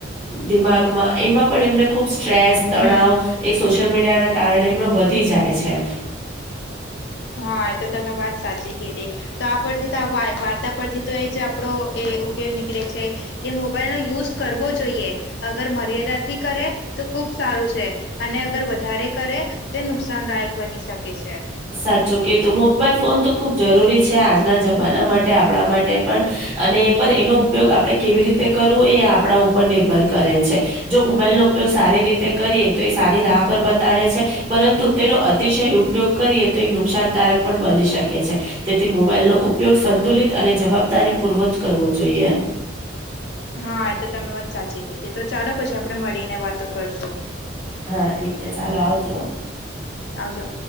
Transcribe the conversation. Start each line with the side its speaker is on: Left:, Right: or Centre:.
Right: દિમાગમાં એમાં પણ એમને ખુબ સ્ટ્રેસ તણાવ
Left: હમ.
Right: એ સોશિયલ મીડિયા ના કારણે એમનો વધી જાય છે
Left: હા એ તો તમે વાત સાચી કધી તો આ પરથી તો વાર્તા પરથી તો એ જ આપડો એ કેવી નીકળે છે કેમ બલ નો યુઝ કરવો જોઈએ અગર મર્યાદાથી કરે તો ખૂબ સારું છે અને અગર વધારે કરે તે નુકસાનદાયક બની શકે છે
Right: સાચું કે તું મોબાઈલ ફોન તો ખુબ જરૂરી છે આજના જમાના માટે આપણા માટે પણ અને પણ એનો ઉપયોગ આપડણે કેવી રીતે કરવું એ આપણા ઉપ નિર્ભર કરે છે જો મોબાઈલ નો ઉપયોગ સારી રીતે કરીએ તો એ સારી રાહ પર બતાડે છે પરંતુ તેનો અતિશય ઉપયોગ તો નુકસાનકારક પણ બની શકે છે તેથી મોબાઈલ નો ઉપયોગ સંતુલિત અને જવાબદારી પૂર્વજ કરવો જોઈએ
Left: હા એ તો તમે વાત સાચી કી હતીી તો ચાલો પછી આપડે મળીને વાતો કરશો
Right: હા ઠીક છે ચાલો આવજો
Left: આવઉજો